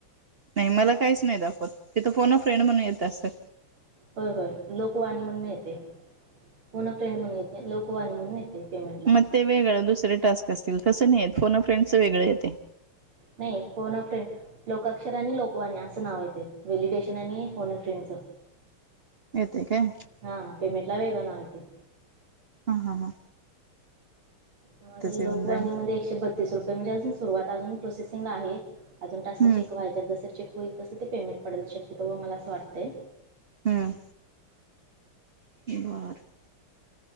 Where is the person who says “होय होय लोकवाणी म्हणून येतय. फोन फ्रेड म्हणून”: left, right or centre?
Right